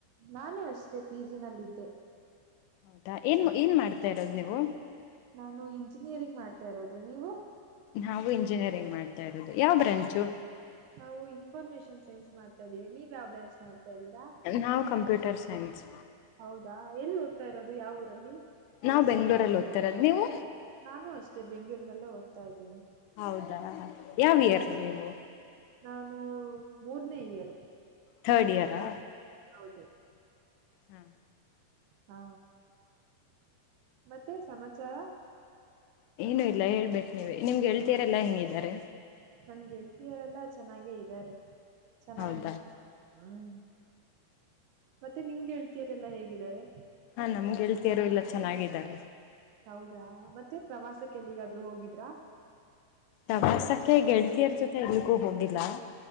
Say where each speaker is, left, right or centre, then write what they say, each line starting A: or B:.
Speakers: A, on the right; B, on the left.
A: ನಾನು ಅಷ್ಟೇ ಪಿ ಜಿ ನಲ್ಲಿದ್ದೆ
B: ಹೌದಾ ಏನ್
A: ಹ್ಮ್
B: ಏನ್ ಮಾಡ್ತಾ ಇರೋದ್ ನೀವು.
A: ನಾನು ಇಂಜಿನಿಯರಿಂಗ್ ಮಾಡ್ತಾ ಇರೋದು ನೀವು.
B: ನಾವು ಇಂಜಿನಿಯರಿಂಗ್ ಮಾಡ್ತಾ ಇರೋದು ಯಾವ ಬ್ರಾಂಚು.
A: ನಾವು ಇನ್ಫಾರ್ಮೇಶನ್ ಸೈನ್ಸ್ ಮಾಡ್ತಾ ಇದ್ದೀವಿ ನೀವ್ ಯಾವ್ ಬ್ರಾಂಚ್ ಮಾಡ್ತಾ ಇದ್ದೀರ.
B: ನಾವ್ ಕಂಪ್ಯೂಟರ್ ಸೈನ್ಸ್.
A: ಹೌದಾ ಎಲ್ ಓದ್ತಾ ಇರೋದು ಯಾವ್ ಊರಲ್ಲಿ.
B: ನಾವ್ ಬೆಂಗ್ಳೂರಲ್ಲಿ ಓದ್ತಿರೋದ್ ನೀವು.
A: ನಾನು ಅಷ್ಟೇ ಬೆಂಳೂರಿನಲ್ಲೇ ಓದ್ತಾ ಇದ್ದೀನಿ.
B: ಹೌದಾ ಯಾವ್ ಇಯರು ನೀವು.
A: ನಾನು ಮೂರ್ನೇ ಇಯರು
B: ಥರ್ಡ್ ಇಯರಾ
A: ಹೌದು
B: ಹ್ಮ್
A: ಹಾ ಮತ್ತೆ ಸಮಾಚಾರ.
B: ಏನು ಇಲ್ಲ ಹೇಳ್ಬೇಕ್ ನೀವೆ ನಿಮ್ಗೆ ಗೆಳ್ತೀಯರೆಲ್ಲಾ ಹೆಗಿದಾರೆ.
A: ನನ್ ಗೆಳತಿಯರೆಲ್ಲಾ ಚೆನ್ನಾಗೇ ಇದ್ದಾರೆ ಚೆನ್ನಾಗಿ
B: ಹೌದಾ
A: ಹ್ಮ್ ಮತ್ತೆ ನಿಮ್ಗೆ ಗೆಳ್ತಿಯರೆಲ್ಲಾ ಹೇಗಿದ್ದಾರೆ.
B: ಹಾ ನನ್ನ ಗೆಳತಿಯರು ಎಲ್ಲಾ ಚೆನ್ನಾಗಿದ್ದಾರೆ.
A: ಹೌದಾ ಮತ್ತೆ ಪ್ರವಾಸಕ್ಕೆ ಎಲ್ಲಿಗಾದ್ರು ಹೋಗಿದ್ರಾ.
B: ಪ್ರವಾಸಕ್ಕೆ ಗೆಳತಿಯರ್ ಜೊತೆ ಎಲ್ಲಿಗೂ ಹೋಗಿಲ್ಲಾ.